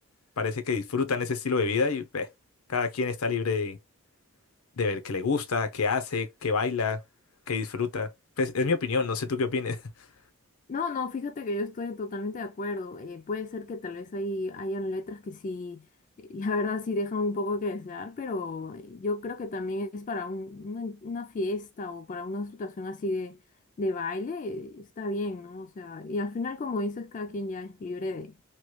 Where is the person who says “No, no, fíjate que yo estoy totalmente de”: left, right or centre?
Left